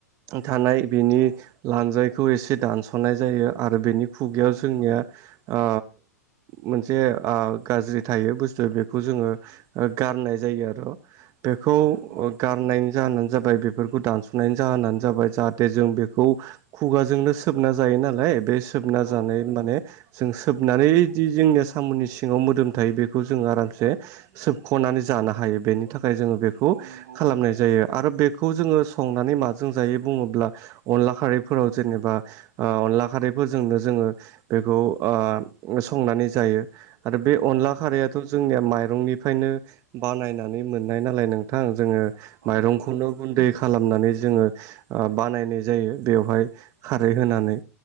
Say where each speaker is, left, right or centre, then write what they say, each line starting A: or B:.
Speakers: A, on the right; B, on the right.
A: थानाय बिनि
B: औ
A: लानजायखौ एसे दानस'नाय जायो आरो बेनि खुगायाव
B: औ
A: जोंनिया ओ मो-मोनसे आ गाज्रि थायो बुस्थु बेखौ जोङो ओ गारनाय जायो आरो। बेखौ
B: औ नंगौ
A: ओ गारनायनि जाहोनानो जाबाय बेफोरखौ दानस'नायनि जाहोनानो जाबाय जाहाथे जों बेखौ खुगाजोंनो सोबना जायो नालाय बे सोबना
B: औ
A: जानाय माने जों सोबनानैदि जोंनिया साम'नि सिङाव मोदोम थायो बेखौ जों आरामसे सोबख'नानै जानो हायो बेनि थाखाय जोङो बेखौ
B: औ नंगौ
A: खालामनाय जायो आ आरो बेखौ जोङो संनानै माजों जायो बुङोब्ला अनला खारैफोराव जेनेबा ओ अनला खारैफोरजोंनो जोङो बेखौ ओ संनानै जायो। आरो बे
B: औ
A: अनला
B: नंगौ
A: खारैयाथ' जोंनिया माइरंनिफायनो बानायना नै मोननाय नालाय नोंथां जोङो
B: औ
A: माइरंखौल'
B: नंगौ
A: गुन्दै खालामनानै जोङो ओ बानायनाय जायो बेवहाय खारै होनानै।